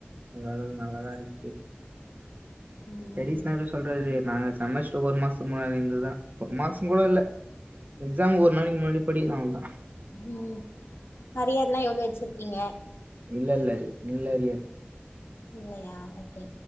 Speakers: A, on the right; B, on the left.
A: ஓரளவுக் நல்லாதா இருக்து
B: ம்
A: ஸ்டெடீஸ்னா எப்டி சொல்றது நாங்க செமஸ்ட்ரு ஒரு மாஸ்த்துக் முன்னாடி இருந்தத் தா ஒரு மாசோ கூட இல்ல எக்ஸாமுக் ஒரு நாளைக் முன்னாடி படிக்கிறோ அவ்வள் தா
B: ஓ ஓ ஹரியர்லா எவ்ளோ வெச்சிருக்கீங்க
A: இல்லல்ல நில் அரியர்
B: இல்லயா ஓகே